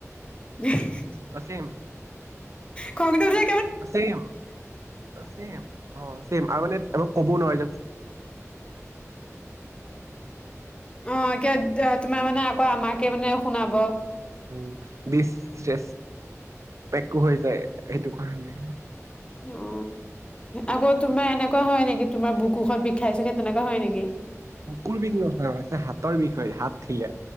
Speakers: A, on the left (about 20°); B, on the right (about 65°).
A: <inaudible>
B: অ, ছেম
A: খংটো যে,
B: অ, চেম -অ চেম, অ চেম, আৰু মানে একো ক'ব নোৱাৰি
A: অ এতিয়া তোমাৰ মানে আকৌ আমাকে মানে শুনাব অ
B: যে, <unintelligible> <unintelligible> পেক্কো হৈ যায় সেইটোক। কাৰণে,
A: অ, আকৌ তোমাৰ এনেকুৱা হয় নেকি তোমাৰ বুকুখত বিষাইছে সে-তেনেকুৱা হয় নেকি?
B: বুকুৰ বিষ নহয় হাতৰ বিষ হয়, হাত থিলীয়া